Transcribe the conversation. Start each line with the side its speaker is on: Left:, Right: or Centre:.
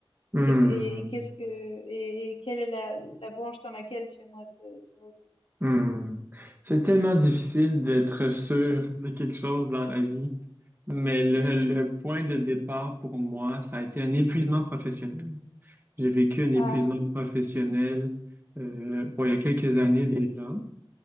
Right: Hmm.
Left: Et et qu'est-ce que et et quelle est la la branche dans laquelle tu aimerais te te reconvertir?
Right: Hmm. C'est tellement difficile d'être sûr de quelque chose dans la vie, mais le, le point de départ pour moi, ça a été un épuisement professionnel. J'ai vécu un épuisement
Left: Ah,
Right: professionnel euh, bon, il y a quelques années déjà,